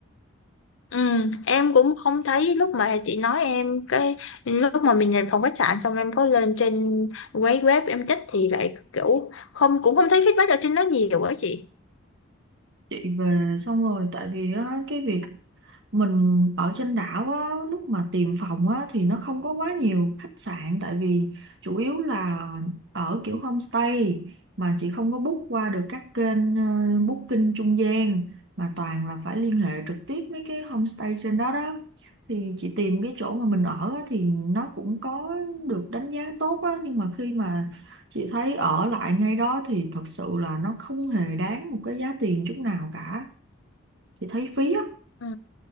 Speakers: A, on the left (about 80°); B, on the right (about 65°).
A: Ừ, em cũng không thấy lúc mà chị nói em cái lúc mà mình nhận phòng khách sạn xong em có lên trên quấy web em check thì lại kiểu không cũng không thấy feedback ở trên đó nhiều á chị.
B: chị về xong rồi tại vì á cái việc mình ở trên đảo á, lúc mà tìm phòng á, thì nó không có quá nhiều khách sạn tại vì chủ yếu là ở kiểu homestay mà chị không có book qua được các kênh ờ, booking trung gian mà toàn là phải liên hệ trực tiếp mấy cái homestay trên đó đó thì chị tìm cái chỗ mà mình ở á, thì nó cũng có được đánh giá tốt á, nhưng mà khi mà chị thấy ở lại ngay đó thì thật sự là nó không hề đáng một cái giá tiền chút nào cả chị thấy phí á
A: Ừ,